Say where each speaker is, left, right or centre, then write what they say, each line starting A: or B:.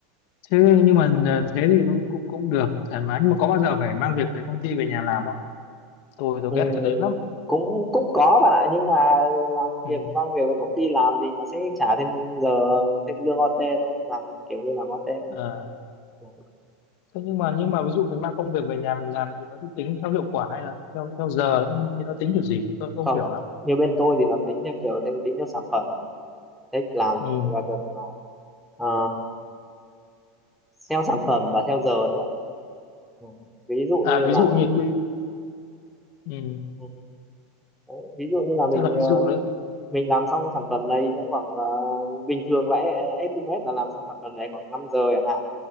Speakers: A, on the left; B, in the centre.
A: thế nhưng mà à, thế thì cũng cũng cũng được cũng thoải mái nhưng mà có bao giờ phải mang việc về công ty về nhà làm không tôi tôi
B: Ừ,
A: ghét cái đấy lắm
B: cũng cũng có bạn ạ nhưng mà làm việc
A: ừ
B: mang việc về công ty làm thì nó sẽ trả thêm giờ thêm lương OT thôi làm kiểu như làm OT thôi
A: À,
B: Ừ.
A: thế nhưng mà nhưng mà ví dụ mình mang công việc về nhà mình làm thì nó sẽ tính theo hiệu quả hay là theo theo giờ không? nhưng mà thế nó tính kiểu gì tôi cũng không
B: không
A: hiểu lắm
B: như bên tôi thì nó tính theo kiểu thêm tính theo sản phẩm thích làm
A: ừ.
B: thì bao giờ phải làm Ờ, theo sản phẩm và theo giờ nữa ừ. ví dụ
A: à
B: như
A: ví
B: là
A: dụ như quy ừ.
B: ừ, đấy, ví dụ như là mình
A: tức là ví dụ
B: ờ,
A: nó
B: mình làm xong sản phẩm này trong khoảng ờ, bình thường là e- e, estimate là làm xong sản phẩm này khoảng 5 giờ chẳng hạn